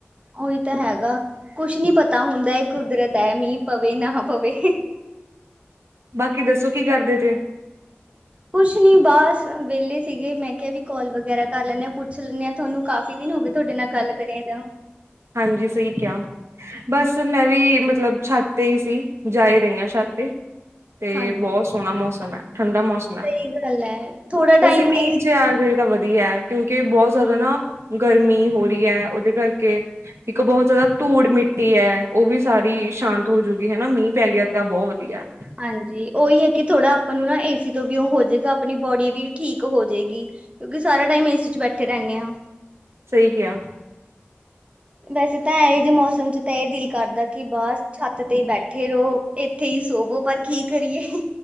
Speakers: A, on the right; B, on the right.
A: ਉਹੀ ਤਾਂ ਹੈਗਾ। ਕੁਛ ਨੀ ਪਤਾ ਹੁੰਦਾ, ਇਹ ਕੁਦਰਤ ਹੈ। ਮੀਂਹ ਪਵੇ ਨਾ ਪਵੇ।
B: ਬਾਕੀ, ਦੱਸੋ ਕੀ ਕਰਦੇ ਤੇ
A: ਕੁਛ ਨੀ, ਬਸ ਵਹਲੇ ਸੀਗੇ ਮੈਂ ਕਿਹਾ ਵੀ ਕਾਲ ਵਗੈਰਾ ਕਰ ਲੈਂਦੇ ਆ। ਪੁੱਛ ਲੈਂਨ ਹਾਂ। ਤੁਹਾਨੂੰ ਕਾਫੀ ਦਿਨ ਹੋ ਗਏ, ਤੁਹਾਡੇ ਨਾਲ ਗੱਲ ਕਰੇ ਤਾਂ
B: ਹਾਂਜੀ, ਸਹੀ ਕਿਹਾ। ਬਸ, ਮੈਂ ਵੀ ਮਤਲਬ ਛੱਤ ਤੇ ਹੀ ਸੀ ਜਾਏ ਰਹੀ ਹਾਂ। ਛੱਤ ਤੇ। ਤੇ,
A: ਹਾਂਜੀ
B: ਬਹੁਤ ਸੋਹਣਾ ਮੌਸਮ ਹੈ। ਠੰਡਾ ਮੌਸਮ।
A: ਸਹੀ ਗੱਲ ਹੈ ਥੋੜਾ ਟਾਈਮ
B: ਵੈਸੇ, ਮੀਹ
A: ਏਸੀ
B: ਆਜੇ ਤਾਂ ਵਧੀਆ। ਕਿਉਂਕਿ, ਬਹੁਤ ਜ਼ਿਆਦਾ ਨਾ ਗਰਮੀ ਹੋ ਰਹੀ ਹੈ। ਉਹਦੇ ਕਰਕੇ ਇੱਕ ਬਹੁਤ ਜ਼ਿਆਦਾ ਧੂੜ ਮਿੱਟੀ ਹੈ। ਉਹ ਵੀ ਸਾਰੀ ਸ਼ਾਂਤ ਹੋਜੂਗੀ ਹਨਾ, ਮੀਂਹ ਪੈ ਗਿਆ ਤਾਂ ਬਹੁਤ ਵਧੀਆ।
A: ਹਾਂਜੀ, ਉਹੀ ਹੈ ਕਿ ਥੋੜਾ ਆਪਾਂ ਨੂੰ ਨਾ ਏਸੀ ਤੋਂ ਵੀਓ ਹੋ ਜਾਵੇਗਾ। ਆਪਣੀ ਬੋਡੀ ਵੀ ਠੀਕ ਹੋ ਜਾਏਗੀ। ਕਿਉਂਕਿ, ਸਾਰਾ ਟਾਈਮ ਏਸੀ ਚ ਬੈਠੇ ਰਹਿੰਦੇ ਆ।
B: ਸਹੀ ਕਿਹਾ।
A: ਵੈਸੇ, ਤਾਂ ਇਹੋ ਜਿਹੇ ਮੌਸਮ ਚ ਤਾਂ ਇਹ ਦਿਲ ਕਰਦਾ ਕਿ ਬਾਹਰ ਛੱਤ ਤੇ ਬੈਠੇ ਰਹੋ। ਇੱਥੇ ਹੀ ਸੋਵੋ, ਪਰ ਕੀ ਕਰੀਏ।